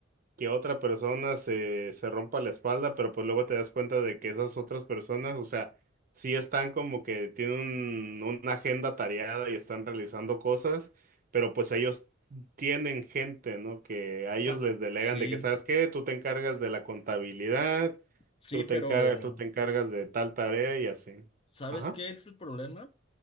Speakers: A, on the right (about 45°); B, on the left (about 30°).
A: que otra persona se, se rompa la espalda, pero pues luego te das cuenta de que esas otras personas, o sea, sí están como que tienen un- una agenda tareada y están realizando cosas, pero pues ellos tienen gente, ¿no? Que a ellos
B: sea,
A: les delegan
B: sí,
A: de que, ¿sabes qué? Tú te encargas de la contabilidad,
B: sí,
A: tú
B: pero
A: te encargas, tú te encargas de tal tarea y así.
B: ¿Sabes
A: Ajá.
B: qué es el problema?